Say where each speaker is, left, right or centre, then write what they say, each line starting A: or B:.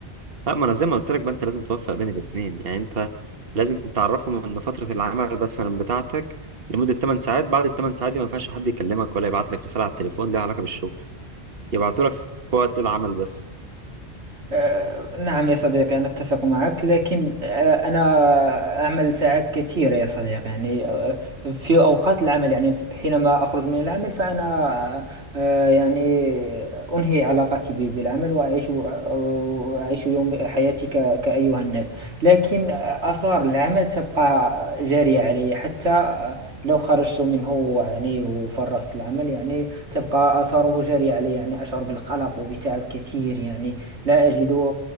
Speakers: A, on the right; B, on the right.
A: لا ما انا زي ما قلت لك بقى انت لازم توفق بين الاثنين يعني انت لازم تعرفهم ان فتره العمل مثلا بتاعتك لمده 8 ساعات بعد ال 8 ساعات دي ما ينفعش حد يكلمك ولا يبعت لك رساله على التليفون ليها علاقه بالشغل يبعتوا لك في وقت العمل بس
B: آه، نعم يا صديقي أنا أتفق معك لكن آه، أنا أعمل ساعات كثيرة يا صديقي يعني آه، في أوقات العمل يعني حينما أخرج من العمل فأنا آه، يعني أنهي علاقتي ب- بالعمل وأعيش آه، أعيش يوم حياتي ك- كأيها الناس لكن آثار العمل تبقى جارية علي حتى آه، لو خرجت منه يعني وفرغت العمل يعني تبقى آثاره جارية علي يعني أشعر بالقلق وبتعب كثير يعني لا أجد